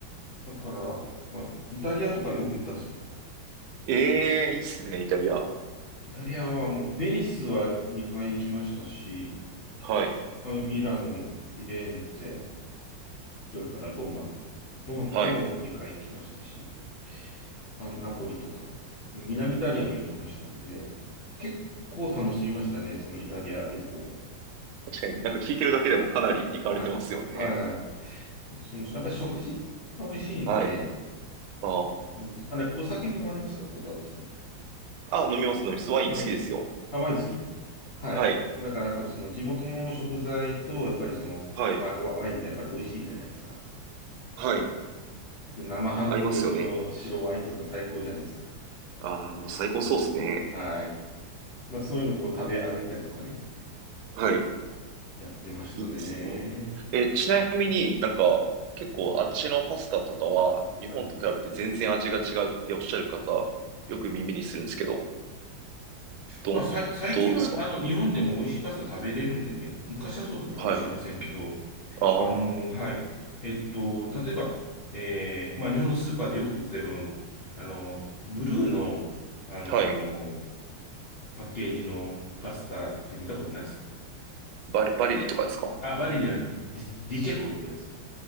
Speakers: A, on the left; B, on the right.
A: だから、まあ、イタリアとかよく行ったんですよね。
B: ええ、いいっすね、イタリア。
A: イタリアはもう、ベニスは2回行きましたし、
B: はい、
A: あの、ミラノ、フィレンツェ、それからローマ。ローマも、
B: はい。
A: ローマも2回行きましたし、あ、ナポリとか、南イタリアも行きましたんで、結構楽しみましたね、そのイタリア旅行は。
B: 確かになんか聞いてるだけでもかなり行かれてますよね。
A: はい。はいはい。あと、その、やっぱり食事が美味しいんで、
B: はい。ああ。
A: うん、あれ、お酒飲まれますか、小太郎さん。
B: あ、飲みます、飲みます。ワイン好きですよ。
A: あの、あ、ワイン好きはい。
B: はい。
A: だからやっぱりその地元の食材と、やっぱりそのワイ、
B: はい。
A: ワワインってやっぱり美味しいじゃないですか。
B: はい。
A: 特に生ハムとその白ワインとか最高じゃないですか。
B: 合いますよね。ああ、もう最高そうですね。
A: はい。まあそういうのをこう食べ歩いたりとかね、
B: はい。
A: やってましたね。
B: いいですね。え、ちなみになんか結構あっちのパスタとかは日本と比べて全然味が違うっておっしゃる方よく耳にするんですけど、
A: はい。
B: どう、
A: まあ、さい、最近は、
B: どうですか
A: あの、日本でも美味しいパスタ食べれるんでね、昔はそうだったかもしれませんけど、
B: はい。ああ、
A: あの、
B: は
A: はい。えっと、例えば、えーまあ、日本のスーパーでよく売ってる、あの、ブルーの、あの、
B: い。
A: パッケージのパスタって見たことないですか
B: バレ、バレリとかですか
A: あ、バリーじゃない、ディ、ディチェコってやつ。